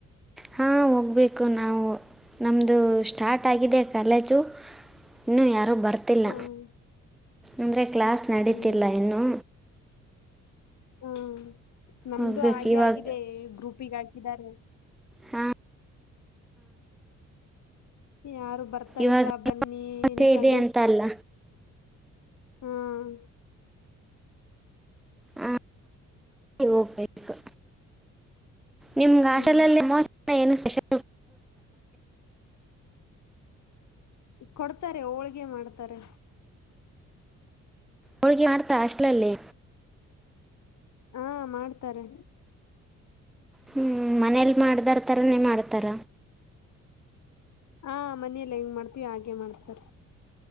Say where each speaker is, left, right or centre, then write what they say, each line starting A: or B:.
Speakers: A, in the centre; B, on the left.
A: ಹಾಂ ಹೋಗ್ಬೇಕು ನಾವು ನಮ್ದು ಸ್ಟಾರ್ಟ್ ಆಗಿದೆ ಕಾಲೇಜು ಇನ್ನೂ ಯಾರೂ ಬರ್ತಿಲ್ಲ
B: ಹ್ಮ್
A: ಅಂದರೆ ಕ್ಲಾಸ್ ನಡೀತಿಲ್ಲ
B: ಹ್ಮ್
A: ಇನ್ನೂ
B: ಹ್ಮ ನಮ್ದು
A: ಹೋಗ್ಬೇಕು
B: ಹಾಗೆ
A: ಇವಾಗ
B: ಆಗಿದೆ ಗ್ರೂಪಿಗೆ ಹಾಕಿದ್ದಾರೆ
A: ಹಾಂ
B: ಯಾರು ಬರ್ತಾ
A: ಇವಾಗ
B: ಇಲ್ಲ ಬನ್ನಿ
A: ಅಮಾವಾಸ್ಯೆ
B: ನ ಕಂಡ
A: ಇದೆ ಅಂತ ಅಲ್ಲ
B: ಹ್ಮ
A: ಹಾಂ ಹೋಗ್ಬೇಕು ನಿಮ್ಗೆ ಹಾಸ್ಟೆಲ್
B: ಹ್ಮ್
A: ನಲ್ಲಿ ಏನು ಸ್ಪೆಷಲ್
B: ಕೊಡ್ತಾರೆ ಹೋಳ್ಗೆ ಮಾಡ್ತಾರೆ
A: ಹೋಳ್ಗಿ ಮಾಡ್ತಾ ಹಾಸ್ಟೆಲ್ನಲಿ
B: ಹಾ ಮಾಡ್ತಾರೆ
A: ಹ್ಮ್ ಮನೇಲ್ ಮಾಡ್ದರ್ ತರನೇ ಮಾಡ್ತಾರ
B: ಹಾ ಮನೇಲ್ಲಿ ಹೆಂಗ್ ಮಾಡ್ತೀವಿ ಹಾಗೆ ಮಾಡ್ತಾರೆ